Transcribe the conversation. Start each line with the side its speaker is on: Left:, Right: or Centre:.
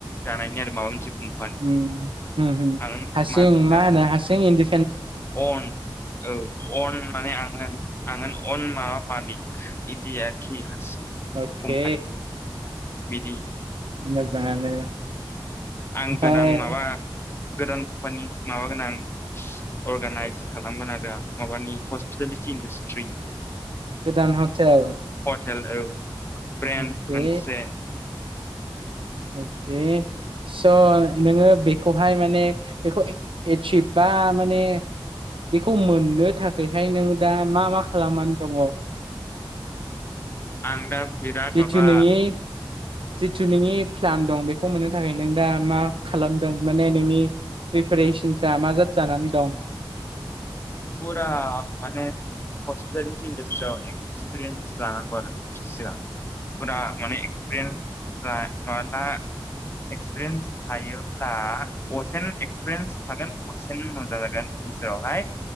Left: जानायनि आरो माबा मोनसे। कम्पानिनि
Right: उम उम उम
Left: आं
Right: हारसिं
Left: मालिक जानो
Right: मा होनो हारसिं इन्दि
Left: अन औ अन माने आंगोन। <unintelligible> अन माबा मालिक <unintelligible>
Right: अके
Left: कम्पानिनि बिदि
Right: मोजाङानो ओमफ्राय
Left: आं गोदान माबा गोदान कम्पानि माबागोन आं अर्गानाइस खालामगोन आरो आं माबानि हस्पिटेलिटि इन्डासट्रि।
Right: गोदान हटेल।
Left: टेल ओ। ब्रेन्द
Right: अके
Left: मोनसे <inaudible>
Right: अके स' नोङो बेखौहाय माने बेखौ चिप बा माने बेखौ मोननो थाखायहाय नों दा मा मा खालामनानै दङ?
Left: आं दा बिराद
Right: जिथु
Left: माबा
Right: नोंनि जिथु नोङि प्लान दं बेखौ मोननो थाखाय नों दा मा खालामदों माने नोंनि प्रिपेरेसनफ्रा मा जाद जानानै दं?
Left: फुरा माने हस्पिटेलिटी इण्डास्ट्रियाव एक्सपिरियेन्स लानांगौ आरो सिगां। फुरा माने एक्सपिरियेन्स फ्राय माबाला एक्सपिरियेन्स थायोब्ला असेनो एक्सपिरियेन्स थागोन असेनो मोजां जागोन फिउचारावहाय।